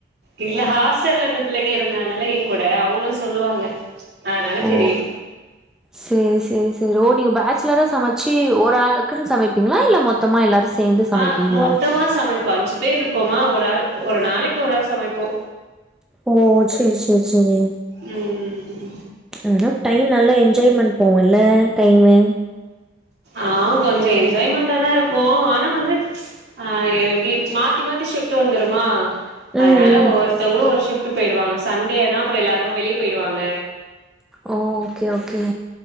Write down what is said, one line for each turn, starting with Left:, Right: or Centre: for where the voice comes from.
Right: இதுல ஹாஸ்டல்ல இந்த பிள்ளைங்க இருந்தாங்கல்ல என் கூட அவுங்க சொல்லுவாங்க அதனால
Centre: ஓ
Right: தெரியு
Centre: சேரி சேரி சேரி ஓ நீங்க பேச்சலரா சமைச்சு ஒரு ஆள் டக்குனு சமைப்பீங்ளா இல்ல மொத்தமா எல்லாரு சேந்து சமைப்பீங்களா
Right: ஆ மொத்தமா சமைப்போ அஞ்சு பேர் இருக்கோமா ஒரு ஆள் ஒரு நாளைக்கு ஒரு ஆள் சமைப்போ
Centre: ஓ சேரி சேரி சேரி
Right: ம்
Centre: ஆனா டைம் நல்லா என்ஜாய்மெண்ட் போவுல்ல டைமு
Right: ஆ கொஞ்சோ என்ஜாய்மெண்டாதா இருக்கு ஆனா வந்து ஆ எப்டி மாத்தி மாத்தி ஷிப்ட்டு வந்துருமா
Centre: ம்
Right: அதனால
Centre: ம்
Right: ஒவ்வொருத்தவங்களு ஒரு ஷிஃப்ட் போயிடுவாங்க சண்டேனா அப்றோ எல்லாரு வெளிய போயிடுவாங்க
Centre: ஓ ஓகே ஓகே